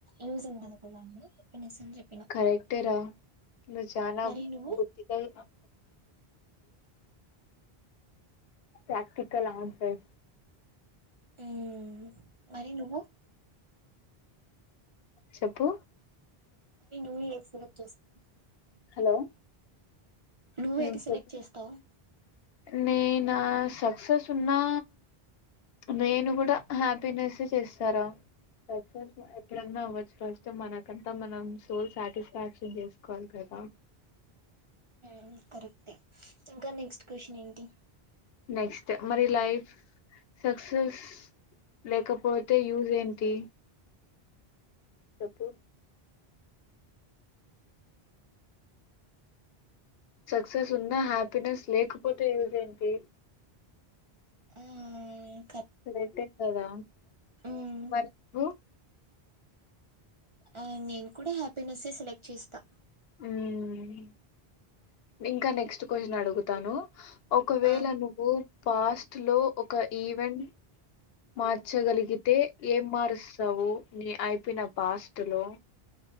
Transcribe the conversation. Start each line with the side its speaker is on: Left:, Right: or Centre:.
Right: యూజ్ ఉండదు కదా. హ్యాపీనెస్ అని చెప్పిన
Left: కరెక్టే రా నువు చానా
Right: మరి నువ్వు
Left: బుద్ది గా అ ప్రాక్టికల్ ఆన్సర్
Right: ఉమ్ మరి నువ్వు
Left: చెప్పు
Right: మరి నువ్వు ఏమి సెలక్ట్ చేసావ్.
Left: హలో
Right: నువ్వేది
Left: ఉమ్ చెప్పు
Right: సెలెక్ట్ చేస్తావు
Left: నేనా సక్సస్ ఉన్నా నేను కూడా హ్యాపీనెస్ చేస్తారా. సక్సెస్ ఎప్పుడన్నా అవ్వొచ్చు ఫస్ట్ మనకంతా మనం సోల్ సాటిస్ఫాక్షన్ చేసుకోవాలి కద్. ఆ
Right: ఉమ్ కరెక్టే ఇంకా నెక్స్ట్ కొశున్ ఏంటి?
Left: నెక్స్ట్ మరి లైఫ్ సక్సెస్ లేకపోతే యూజ్ ఏంటి. చెప్పు సక్సెస్ ఉన్నా హ్యాపీనెస్ లేకపోతే యూజ్ ఏంటి.
Right: ఊమ్
Left: కరక్టే కదా
Right: మ్మ్
Left: వరకు
Right: ఆ నేను కూడా హ్యాపీనెస్సే సెలెక్ట్ చేస్తా.
Left: ఉమ్ ఇంకా నెక్స్ట్ కొశున్ అడుగుతాను ఒకవేళ
Right: ఆ
Left: నువ్వు పాస్ట్లో ఒక ఈవెంట్ మార్చగలిగితే ఏం మారుస్తావు నీ అయిపోయిన పాస్ట్ లో